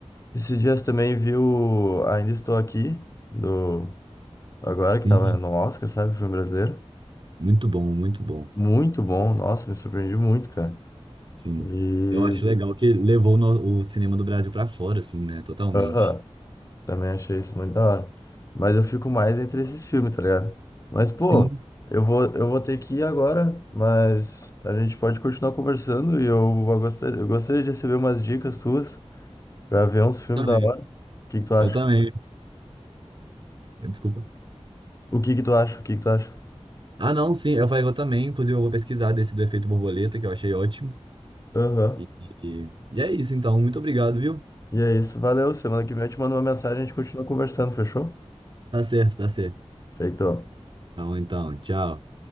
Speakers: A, on the left (about 30°); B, on the right (about 45°).
A: Esses dias também vi o Ainda Estou Aqui, do... Agora que
B: Sim.
A: tava no Oscar, sabe? Filme brasileiro.
B: Muito bom, muito bom.
A: Muito bom. Nossa, me surpreendi muito, cara.
B: Sim.
A: E...
B: Eu acho legal que levou no- o cinema do Brasil pra fora, assim, né? Totalmente.
A: Aham. Também achei isso muito da hora. Mas eu fico mais entre esses filmes, tá ligado? Mas, pô,
B: Sim,
A: eu vou, eu vou ter que ir agora, mas a gente pode continuar conversando e eu, eu gostaria, eu gostaria de receber umas dicas tuas pra ver uns filmes
B: também.
A: da hora. O que que tu acha?
B: Eu também. Desculpa.
A: O que que tu acha? O que que tu acha?
B: Ah, não, sim. Eu falei, eu também. Inclusive, eu vou pesquisar desse do efeito borboleta, que eu achei ótimo.
A: Aham.
B: E, e, e é isso, então. Muito obrigado, viu?
A: E é isso. Valeu. Semana que vem eu te mando uma mensagem e a gente continua conversando, fechou?
B: Tá certo, tá certo.
A: Feito.
B: Então, então, tchau.